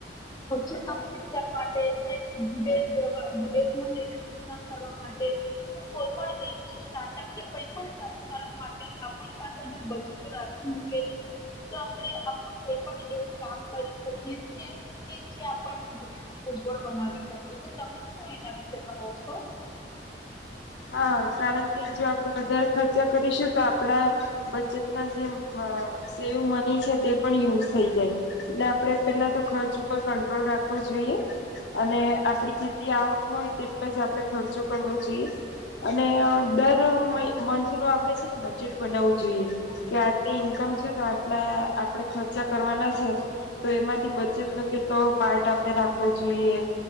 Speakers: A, on the left; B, on the left.
A: ઉચ્ચતમ શિક્ષણ માટેવા કે વિદેશ જવા વિદેશમાં જઈને શિક્ષણ કરવા માટે કોઈ પણ એવું સ્ટાર્ટઅ કે કઈ પણ ચાલુ કરવા માટે આપ પાસે ની બચતો રાખી મૂકેલી હોય તો આપણે આપણું કઈ પણ એવું કામ કરી શકીએ છે કે જે આપણને ભવિષ્ય ઉજ્જવળ બનાવી શકીએ. તો તમે શું એના વિશે કહો છો?
B: હા કારણ કે જો આપણે વધારે ખર્ચા કરીશું તો આપણા બચેતમા જે મ સેવ મની છે તે પણ યુઝ થઈ જાય એટલે આપણે પેલા તો ખર્ચ ઉપર કંટ્રોલ રાખવો જોઈએ. અને આપડી જેટલી આવક હોય તેટલો જ આપણે ખર્ચો કરવો જોઈએ. અને અ દર મય મંથ નું આપણે છે ને બજેટ બનાવવું જોઈએ કે આટલી ઈન્કમ છે તો આટલા આપણે ખર્ચા કરવાના છે તો એમાંથી બજેટનો કેટલો પાર્ટ આપણે રાખવો જોઈએ